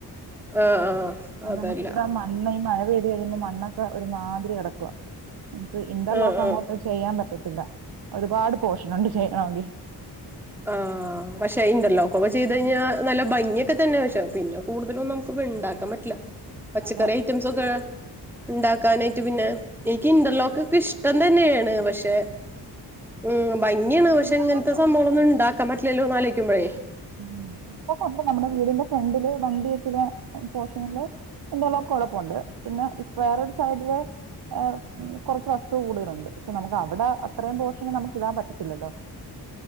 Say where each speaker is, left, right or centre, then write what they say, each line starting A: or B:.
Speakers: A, in the centre; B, on the right.
A: ആഹ്
B: അത്
A: ആഹ്
B: അതമ്മക്കിവിടെ
A: അതല്ല
B: മ ണ്ണേ മഴ പെയ്ത് കഴിയുമ്പോ മണ്ണൊക്കെ ഒരു മാതിരി കെടക്കുവ നമുക്ക് ഇന്റർലോക്കങ്ങോട്ട്
A: ആഹ് ആഹ്
B: ചെയ്യാൻ പറ്റത്തില്ല ഒരുപാട് പോഷനുണ്ട് ചെയ്യാണെങ്കി.
A: ആഹ് പക്ഷെ ഇന്റർലോക്കക്കെ ചെയ്ത് കഴിഞ്ഞാ നല്ല ഭംഗിക്കെ തന്നെ പഷേ പിന്നെ കൂടുതലൊന്നും നമുക്ക് ഇണ്ടാ ക്കാം പറ്റില്ല പച്ചക്കറി
B: അതെ
A: ഐറ്റംസൊ ക്കെ ഇണ്ടാക്കാനെയ്റ്റ് പിന്നെ എക്കി ഇന്റർലോക്ക്ക്കെ ഇഷ്ടം തന്നെയേ ണ് പക്ഷെ ഉം ഭംഗിയാണ്
B: ഇവിടെ
A: പഷെ
B: ഇന്റർലോക്ക്
A: ഇങ്ങൻത്തെ
B: ഉണ്ട്
A: സംഭവങ്ങളൊന്നും ഇണ്ടാക്കാൻ പറ്റില്ലല്ലോന്നാലോയ്ക്കുമ്പഴേ
B: ഉം ഉം <unintelligible> നമ്മുടെ വീടിന്റെ ഫ്രണ്ടില് വണ്ടിവെച്ച്ക്ക്ണ പോഷനില് എന്തൊല്ലാംകൊഴപ്പൊണ്ട് പിന്നെ ഇപ്പ വേറൊരു സൈഡില് ഏ മ് കൊർച്ച് വസ്തു കൂടുതലുണ്ട് പക്ഷെ നമുക്കവിടെ അത്രയും പോഷന് നമുക്കിടാൻ പറ്റത്തില്ലല്ലോ.